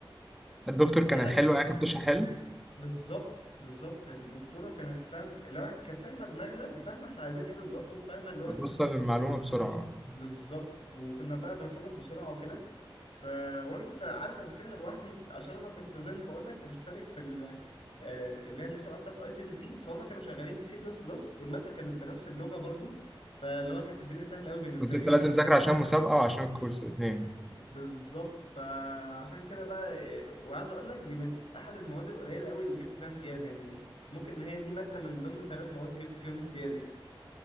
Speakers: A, in the centre; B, on the left (about 85°).
A: الدكتور كان
B: ال
A: حلو يعني كان بتشرح حلو
B: بالظبط بالظبط الدكتوره كانت فاهم اللي هو كانت فاهمه دماغنا وفاهمه احنا عايزين ايه بالظبط وفاهمه اللي هو
A: وتوصل المعلومة بسرعة
B: بالظبط وكنا بقى بنخلص بسرعه وكده ف وانا كنت عارف اذاكرها لوحدي عشان انا كنت زي ما بقول لك مشترك في ال... آه، اللي هي المسابقه بتاعت اي سي بي سي فهم كانوا شغالين بسي بلس بلس والماده كانت بنفس اللغه برضو فاللي هو كانت الدنيا سهله قوي بالنسبه
A: كنت انت
B: لي يعني
A: لازم تذاكر عشان مسابقة وعشان الكورس الاثنين يعني.
B: بالظبط فعشان كده بقى إيه، وعايز اقول لك دي من احد المواد القليله قوي اللي جبت فيها امتياز يعني ممكن ان هي دي ماده من ضمن ثلاث مواد جبت فيهم امتياز يعني